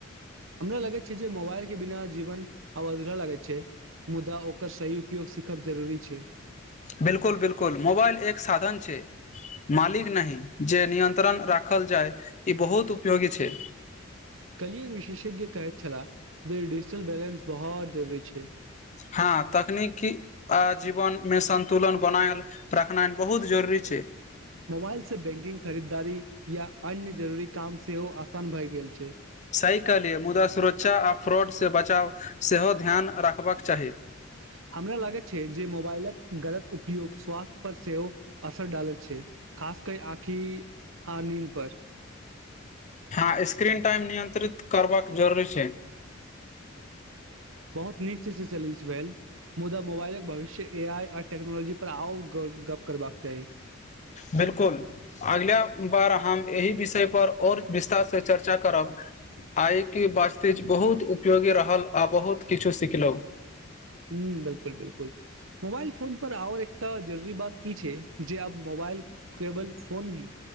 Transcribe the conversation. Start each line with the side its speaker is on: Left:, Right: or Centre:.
Right: हमरा लगैत छै जे मोबाइल के बिना जीवन अब अधूरा लगैत छै मुदा ओकर सही उपयोग सीखब जरूरी छै
Left: बिलकुल बिलकुल मोबाइल एक साधन छै मालिक नहि जे नियन्त्रण राखल जाय ई बहुत उपयोगी छै
Right: कल एक विशेषज्ञ कहै छलाह जे डिजिटल बैलेंस बहुत जरूरी छै
Left: हँ तकनीकी आ जीवन मे संन्तुलन बनायल रखनाइ बहुत जरूरी छै
Right: मोबाइल से बैंकिंग खरीदारी या अन्य जरूरी काम सेहो आसान भए गेल छै
Left: सहकलिय मुदा्रा सुरक्षा आ फ्रॉड से बचाव सेहो ध्यान राख होबाक चाही
Right: ह हमरा लागैत छै जे मोबाइलक गलत उपयोग स्वास्थ्य पर सेहो असर डालल छै आखी आ नीद पर आ
Left: हँ स्क्रीन टाइम नियंत्रित करबाक जरूरी छै
Right: बहुत नीक छै से चलै छै भेल मुदा मोबाइलक भविष्य ए आइ आ टेक्नोलॉजी पर आओ ग गप्प करबाक चाही
Left: बिलकुल अगिला बार हम एहि विषय पर ओर विस्तार से चर्चा करब आइके वास्तिज बहुत उपयोगी रहल आ बहुत किछु सिखलहुँ
Right: हुँ बिलकुल बिलकुल मोबाइल फोन पर आर एकटा जरूरी बात ई छै जे आब मोबाइल मोबाइल केबल फोन नह